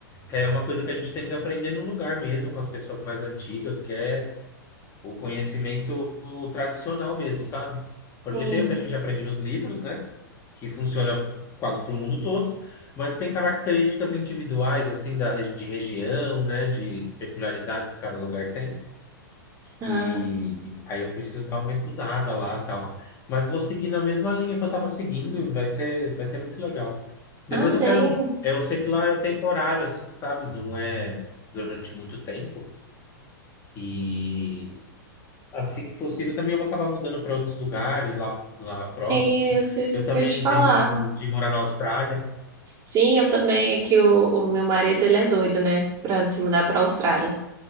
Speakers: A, on the left (about 25°); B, on the right (about 30°).
A: Que aí é uma coisa que a gente tem que aprender no lugar mesmo, com as pessoas mais antigas, que é o conhecimento tradicional mesmo, sabe? Porque
B: sim.
A: tem o que a gente aprende nos livros, né? que funciona quase para o mundo todo, mas tem características individuais assim da re- de região, né, de peculiaridades que cada lugar tem,
B: Ah,
A: que aí eu preciso dar uma estudada lá, tal. Mas vou seguir na mesma linha que eu estava seguindo, e vai ser vai ser muito legal. Depois
B: ah, sim.
A: eu quero, eu sei que lá é temporário assim, sabe? Não é durante muito tempo. E assim que possível também eu vou acabar mudando para outros lugares lá lá próximo.
B: É Isso, isso
A: Eu também
B: que eu ia te falar.
A: tenho planos de morar na Austrália.
B: Sim, eu também, é que o, o meu marido, ele é doido, né, Pra se mudar pra Austrália.